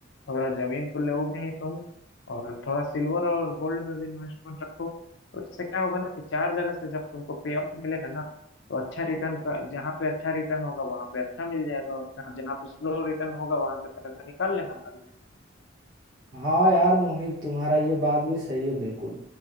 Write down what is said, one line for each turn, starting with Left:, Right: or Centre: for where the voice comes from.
Left: थोड़ा जमीन तो लोगे ही तुम और थोड़ा सिल्वर और गोल्ड में भी इन्वेस्टमेंट रखो तो इससे क्या होगा ना कि चार जगह से जब तुमको पे आउट मिलेगा ना तो अच्छा रिटर्न का जहाँ पे अच्छा रिटर्न होगा वहां पे अच्छा मिल जाएगा और जहाँ जहाँ पे स्लो रिटर्न होगा वहां से पैसा निकाल लेना बाद में
Right: हाँ यार मोहित तुम्हारा ये बात भी सही है बिल्कुल